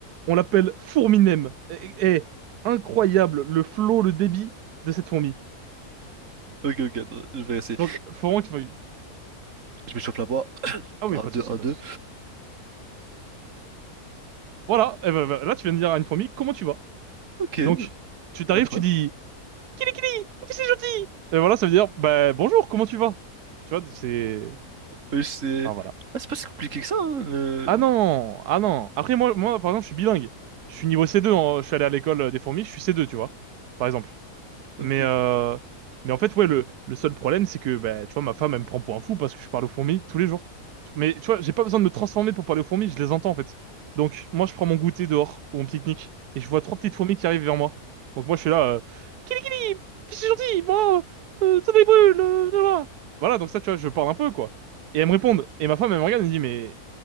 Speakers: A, on the right; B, on the right.
A: On l'appelle Fourminem. Et, et- incroyable le flow, le débit de cette fourmi.
B: ok, ok, attends, je vais essayer.
A: Donc, faut vraiment que tu fasses une-
B: Je me chauffe la voix.
A: Ah oui,
B: un
A: pas
B: deux
A: de souci,
B: un
A: pas
B: deux
A: de souci. Voilà, eh ben, ben, là, tu viens de dire à une fourmi, comment tu vas?
B: Ok,
A: Donc, tu t'arrives,
B: incroyable.
A: tu dis, Kili Kili, oh, c'est gentil! Et voilà, ça veut dire, bah, bonjour, comment tu vas? Tu vois, c'est...
B: Mais c'est.
A: Ah, voilà.
B: Ah, c'est pas si compliqué que ça, hein, le...
A: Ah non, ah non. Après, moi, moi, par exemple, je suis bilingue. Je suis niveau C2, en- je suis allé à l'école euh, des fourmis, je suis C2, tu vois, par exemple.
B: Ok,
A: Mais, euh, mais en fait, ouais, le, le seul problème, c'est que, bah, tu vois, ma femme, elle me prend pour un fou parce que je parle aux fourmis tous les jours. Mais tu vois, j'ai pas besoin de me transformer pour parler aux fourmis, je les entends en fait. Donc, moi, je prends mon goûter dehors ou mon pique-nique et je vois trois petites fourmis qui arrivent vers moi. Donc, moi, je suis là, euh, Kili Kili, je suis gentil, moi, euh, ça me brûle, euh, voilà. Voilà, donc ça, tu vois, je parle un peu, quoi. Et elles me répondent. Et ma femme, elle me regarde, elle me dit, mais,